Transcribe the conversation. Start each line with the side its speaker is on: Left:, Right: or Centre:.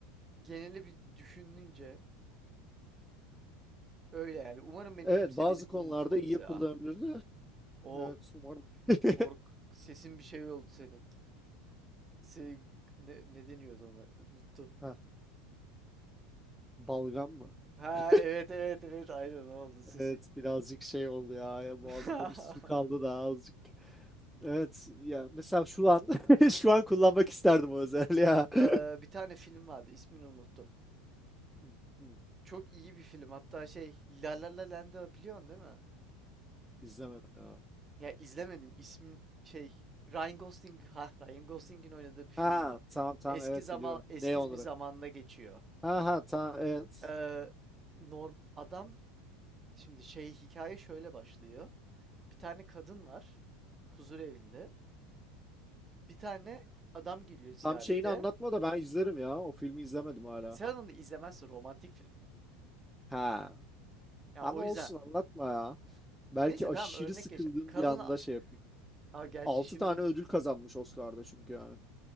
Right: genele bir düşününce öyle yani. Umarım beni
Centre: Evet
Right: kimse
Centre: bazı
Right: bir de
Centre: konularda
Right: unutmaz
Centre: iyi
Right: ya.
Centre: kullanabilirdi.
Right: O
Centre: Evet umarım. <laughs>
Right: kork sesin bir şey oldu senin. Se ne, ne deniyordu ona? Unuttum.
Centre: Ha, balgam mı?
Right: Ha
Centre: <laughs>
Right: evet evet evet aynen oldu sesi.
Centre: Evet birazcık şey oldu ya, ya
Right: <laughs>
Centre: boğazımda bir su kaldı da azıcık. Evet ya mesela şu an <laughs> şu an kullanmak isterdim o özelliği ya. <laughs>
Right: Ee, bir tane film vardı ismini unuttum.
Centre: Hı, hı,
Right: Çok iyi bir film hatta şey La La La Land'ı biliyorsun değil mi?
Centre: İzlemedim ya.
Right: Ya izlemedin. İsmi şey Ryan Gosling ha Ryan Gosling'in oynadığı bir film
Centre: Ha
Right: var.
Centre: tamam tamam
Right: Eski
Centre: evet
Right: zaman
Centre: biliyorum.
Right: eski
Centre: Ne onları?
Right: bir zamanda geçiyor.
Centre: Ha ha tamam evet.
Right: Ee, norm adam şimdi şey hikaye şöyle başlıyor. Bir tane kadın var huzur evinde. Bir tane adam geliyor ziyarete.
Centre: Tam şeyini anlatma da ben izlerim ya. O filmi izlemedim hala.
Right: Sen onu izlemezsin romantik film.
Centre: Ha.
Right: Ya
Centre: Ama
Right: o
Centre: olsun
Right: yüzden
Centre: anlatma
Right: o-
Centre: ya. Belki
Right: neyse
Centre: aşırı
Right: tamam örnek
Centre: sıkıldığım
Right: geçelim. Kadın
Centre: bir anda
Right: a,
Centre: şey yapayım.
Right: Aa, gerçi
Centre: altı
Right: şimdi
Centre: tane ödül kazanmış Oscar'da çünkü yani.